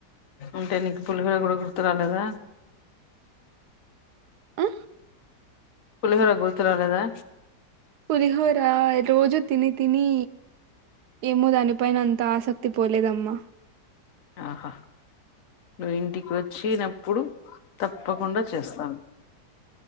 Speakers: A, on the left (about 55°); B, on the right (about 70°).
A: ఉంటే నీకు పులుకా కూడా గుర్తు రాలేదా
B: అ
A: పులిహోర గుర్తురాలేదా
B: పులిహోరా ఎ రోజు తిని తిని ఏమో దాని పైన అంత ఆసక్తి పోలేదమ్మా
A: ఆహా నువ్వు ఇంటికి వచ్చినప్పుడు తప్పు తప్పకుండా చేస్తాను